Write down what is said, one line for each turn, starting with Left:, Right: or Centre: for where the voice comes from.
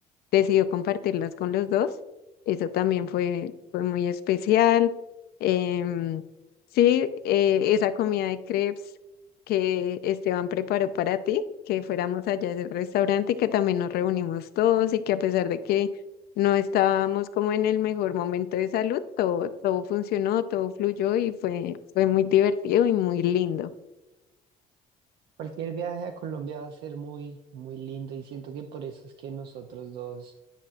Left: decidió compartirlas con los dos, eso también fue, fue muy especial. Em, sí, eh, esa comida de crepes que Esteban preparó para ti, que fuéramos allá al restaurante y que también nos reunimos todos y que a pesar de que no estábamos como en el mejor momento de salud, todo, todo funcionó, todo fluyó y fue, fue muy divertido y muy lindo.
Right: Cualquier viaje a Colombia va a ser muy, muy lindo y siento que por eso es que nosotros dos,